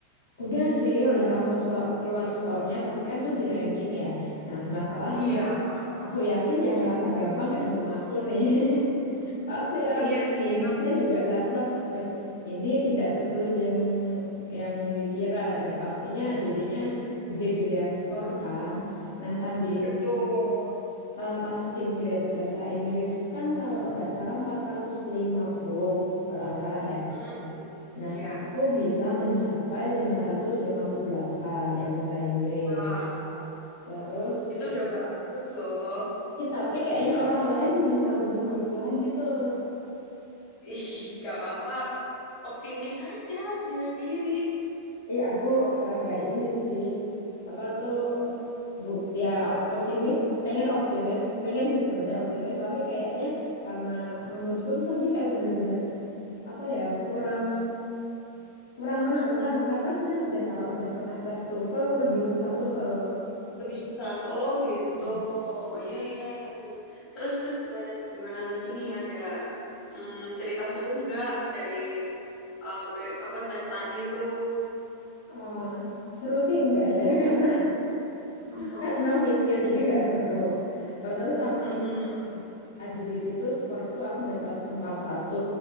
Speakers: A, on the left (about 65°); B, on the left (about 35°).
A: udah sih udah langsung sko- keluar skornya tapi kan tuh di ranking ya. Nah, masalahnya
B: Iya, heeh.
A: Aku yakin yang ngerasa gampang nggak cuma aku nih. <laughs> Pasti orang
B: Iya sih,
A: Indonesia
B: tep-
A: juga ngerasa, weh, ini tidak sesulit yang yang dikira. Dan pastinya jadinya gede-gedean skor kan. Nah, tadi
B: betul.
A: eh, passing grade bahasa Inggris kan kalau nggak salah 450 kalau nggak salah ya.
B: Mm-mm.
A: Nah,
B: Iya.
A: aku bisa mencapai 558 yang bahasa Inggris.
B: Wow,
A: Terus,
B: itu
A: Kak,
B: udah bagus loh.
A: tapi kayaknya orang lain bisa lebih bagus lagi tuh.
B: Ih, gak apa-apa. Optimis aja, percaya diri.
A: Iya, aku rada ini sih. Apa tuh bu ya op- optimis, pengen optimis, pengen sih sebenarnya optimis, tapi kayaknya karena menurutku tuh tadi kayak bener-bener apa ya kurang kurang menantang karena serius deh kalau udah pernah tes TOEFL lebih susah TOEFL.
B: Lebih susah. Oh gitu.
A: Hmm.
B: Iya iya iya iya. Terus terus gimana gimana lagi nih ada mm, cerita seru nggak dari uh, be- apa tes tadi itu?
A: Eh, seru sih enggak ya <laughs> karena
B: <laughs>
A: karena mikir jadi gak seru. Eh, Terus sama
B: Mm-mm.
A: ini agility itu skorku aku dapat 41.